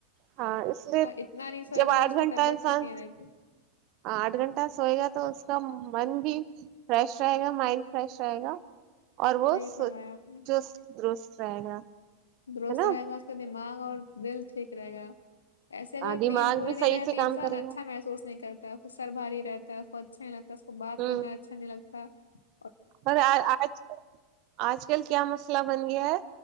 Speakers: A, on the right (about 40°); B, on the left (about 70°).
A: ہاں اس لیے
B: اور اتنا نہیں سوئے
A: جب
B: گا تو
A: آٹھ
B: اس کی
A: گھنٹہ
B: طبیعت
A: انسان
B: ٹھیک نہیں رہے گی
A: ہاں آٹھ گھنٹہ سوئے گا تو اس کا من بھی فریش رہے گا مائنڈ فریش رہے گا اور وہ
B: صحیح
A: س
B: فرمایا آپ نے
A: چست درست رہ گا ہے
B: درست
A: نا
B: رہے گا اس کا دن دماغ اور دل ٹھیک رہے گا ایسے اگر
A: دماغ
B: نیند پوری
A: بھی
B: نہیں
A: صحیح
B: رہتی
A: سے کام
B: انسان
A: کرے
B: اچھا
A: گا
B: محسوس نہیں کرتا سر باری رہتا ہے کو اچھا ہیتا اس کو بات
A: ہوں
B: کرنا اچھا نہیں لگتا س
A: اور آج کل آج کل کیا مسئلہ بن گیا ہے